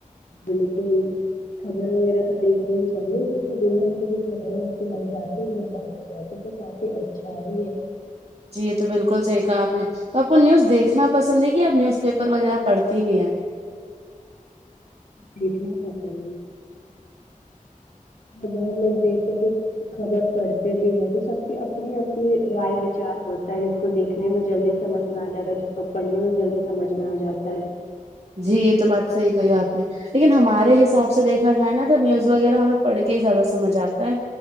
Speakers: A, on the left (about 70°); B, on the right (about 50°).
A: بالکل خبر وغیرہ تو دیکھنا ہی چاہیے کیونکہ دنیا میں بھی بر ان کو مل جاتی ہے اھر بات ہو جاتی تو کافی اچھا ہے یہ
B: جی یہ تو بالکل صحیح کہا آپ نے تو آپ کو نیوز دیکھنا پسند ہے کہ آپ نیوز پیپر وغیرہ پڑھتی بھی ہیں
A: دیکھنا پسند ہے ب بر لوگ دیکھتے کہ خبر پڑھتے بھی ہے تو سب کی اپنینی رائے وچار ہوتا ہے جس کو دیکنے میں جلدی سمجھ میں آ جاتا ہے جس کو پڑنے میں جلدی سمجھ میں آ جاتا ہے
B: جی یہ تو بات صحیح کہی آپ نے لیکن ہمارے حساب سے دیکھا جائے نا تو نیوز وغیرہ ہمیں پڑھ کے ہی زیادہ سمجھ آتا ہے